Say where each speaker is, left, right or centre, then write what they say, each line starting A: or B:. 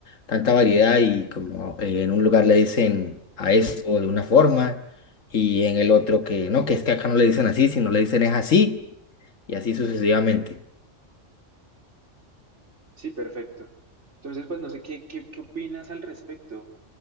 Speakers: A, on the left; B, on the right.
A: tanta variedad y como eh, en un lugar le dicen a eso de una forma y en el otro que no, que es que acá no le dicen así, sino le dicen es así y así sucesivamente.
B: Sí, perfecto. Entonces, pues no sé qué, qué, qué opinas al respecto